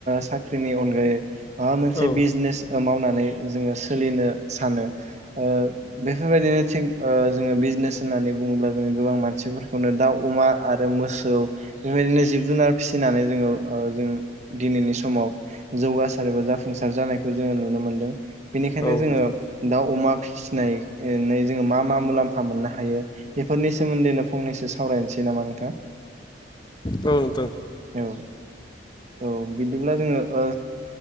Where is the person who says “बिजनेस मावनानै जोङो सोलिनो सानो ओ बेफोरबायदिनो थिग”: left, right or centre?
Right